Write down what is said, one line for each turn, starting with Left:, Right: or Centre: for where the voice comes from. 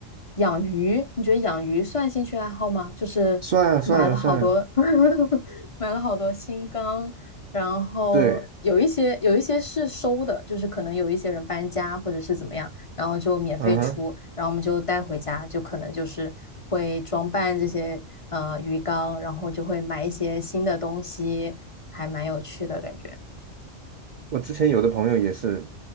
Left: 养鱼，你觉得养鱼算兴趣爱好吗？就是买了好多
Right: 算算算，
Left: <laughs> 买了好多新缸，然后有一些有一些是收的，
Right: 对，
Left: 就是可能有一些人搬家或者是怎么样，然后就免费出，
Right: 嗯哼。
Left: 然后我们就带回家，就可能就是会装扮这些呃鱼缸，然后就会买一些新的东西，还蛮有趣的感觉。
Right: 我之前有的朋友也是，